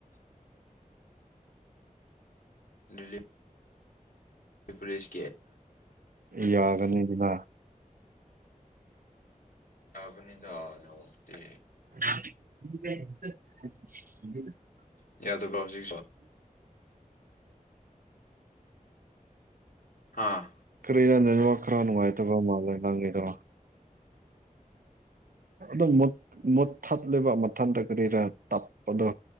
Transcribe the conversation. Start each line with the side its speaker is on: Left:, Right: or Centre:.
Left: <inaudible> ꯗꯦꯂꯤꯚ ꯄꯨꯂꯤꯁ
Right: ꯌꯥꯒꯅꯤꯗꯤ ꯂ
Left: ꯌꯥꯕꯅꯤꯗꯥꯅꯣꯇ
Right: ꯀ
Left: ꯌꯥꯗꯣ ꯄꯥꯎꯁꯤ ꯍꯥꯥ
Right: ꯐ ꯋꯥꯈ꯭ꯔꯅꯨꯡꯉꯥꯏꯇꯕ ꯃꯥ ꯂꯩꯦ ꯅꯪꯗ ꯑꯣ ꯃꯣꯊꯠꯂꯤꯕ ꯃꯊꯟꯇ ꯀꯔꯤꯔ ꯇꯞꯄꯗꯣ